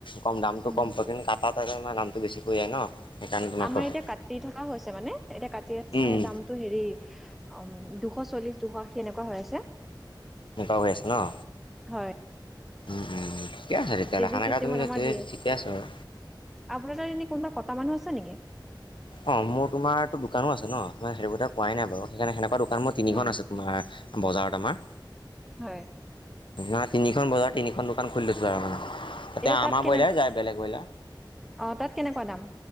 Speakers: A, on the left; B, in the centre.
A: কম দামটো
B: উম
A: কম পৰে কিন্তু কাটাতে হে দামটো বেছি পৰি যায় ন'। সেইকাৰণে তোমাক
B: আমাৰ
A: কৈছো।
B: এতিয়া কাটি থকা হৈছে মানে এতিয়া কাটি আছে
A: উম,
B: দাম টো হেৰি, আম দুশ চল্লিশ দুশ আশী এনেকুৱা হৈ আছে।
A: এনেকুৱা হৈ আছে ন'?
B: হয়
A: উম-উম ঠিকে আছে তেতিয়াহ'লে
B: কেজি
A: সেনেকা
B: চিষ্টেমত
A: তুমি যদি
B: আমাৰ দি
A: ঠিকে আছে বাৰু।
B: আপোনাৰ তাত এনে কোনোবা কটা মানুহ আছে নেকি?
A: অ' মোৰ তোমাৰতো দোকানো আছে ন' মই সেইবোৰ কথা কোৱাই নাই বাৰু সেইকাৰণে সেনেকুৱা দোকান মোৰ তিনিখন
B: হয়
A: আছে তোমাৰ বজাৰত আমাৰ।
B: হয়,
A: <unintelligible> তিনিখন বজাৰ তিনিখন দোকান খুলি লৈছো অ, এতিয়া
B: তাত
A: আমাৰ
B: কেনে
A: ব্ৰইলাৰ যায় বেলেগ ব্ৰইলা।
B: অ', তাত কেনেকুৱা দাম?